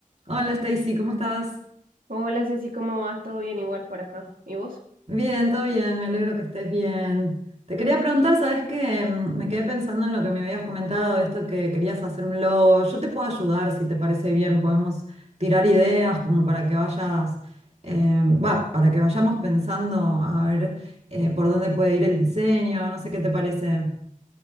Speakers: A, on the right; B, on the right.
A: Hola Stacy, ¿cómo estás?
B: Hola Ceci, ¿cómo vas? ¿Todo bien igual por acá? ¿Y vos?
A: Bien, todo bien, me alegro que estés bien. Te quería preguntar, ¿sabes qué? Mm, Me quedé pensando en lo que me habías comentado, esto que querías hacer un logo. Yo te puedo ayudar si te parece bien, podemos tirar ideas como para que vayas, eh, va, para que vayamos pensando a ver eh, por dónde puede ir el diseño, no sé qué te parece.